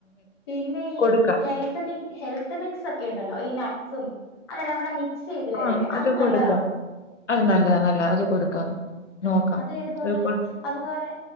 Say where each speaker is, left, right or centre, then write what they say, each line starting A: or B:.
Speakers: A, on the left; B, on the left.
A: പിന്നെ ഈ
B: കൊടുക്കാം
A: ഹെൽത്ത് മി ഹെൽത്ത് മിക് സൊക്കെയുണ്ടല്ലൊ ഈ നട്സും അതെല്ലാം കൂടെ മിക്സ്... ചെയ്ത് വരല്ലെ.
B: ആഹ് അത്
A: അതും
B: കൊടുക്കാം
A: നല്ലതാണൊ?
B: അത് നല്ലതാ നല്ലാ. അത് കൊടുക്കാം. നോക്കാം
A: അത് ഇത്പോലെ
B: കൊടു
A: അതുപോലെ